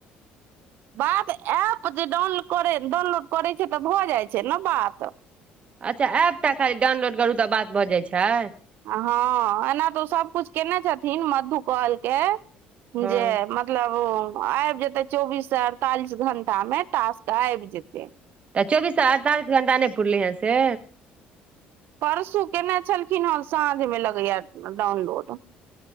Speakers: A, on the right (about 65°); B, on the right (about 35°).
A: बात एप जे डाउनलै डाउनलोड करै छै तऽ भऽ जाइ छै ने बात
B: अच्छा ऐप टा खाली डाउनलोड करू तऽ बात भऽ जाइत छै
A: हँ एना तऽ ओ सभकिछु कयने छथिन मधु कहलके
B: हँ
A: जे मधु मतलब आबि जेते चौबीस अड़तालीस घंटा मे तास्क आबि जेते
B: तऽ चौबीस अड़तालीस घंटा नहि पुरलै हँ से
A: परसू केने छलखिन हेँ साँझ मे लगैया डाउनलोड